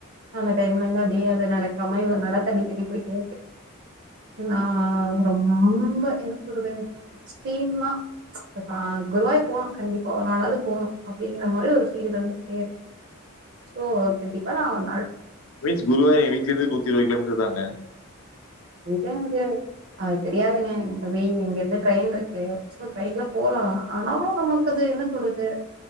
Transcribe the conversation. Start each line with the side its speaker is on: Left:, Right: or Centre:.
Right: அந்த டைம்ல இருந்து அப்டியே அது நடக்காம இவ்ள நடத்தமி இப்டி போய் பேசு நா ரொம்ப என்ன சொல்றது எக்ஸ்ட்ரீம்மா பா குருவாயூர் போனு கண்டிப்பா ஒரு நாளாவது போணு அப்டிங்கிற மாறி ஒரு ஃபீல் இருந்து கிட்டே இருக்கு சோ கண்டீப்பா நா ஒரு நாள்
Left: வேச் குருவாய எ வீட்ல இருந்து நூத்தி இருபது கிலோமீட்டர் தாங்க
Right: இல்ல அது அது தெரியாதுங்க இந்த வெய் இங்க இருந்து ட்ரெயின் இருக்கு சோ ட்ரெயின்ல போலா ஆனாலு நமக்கு அது என்ன சொல்றது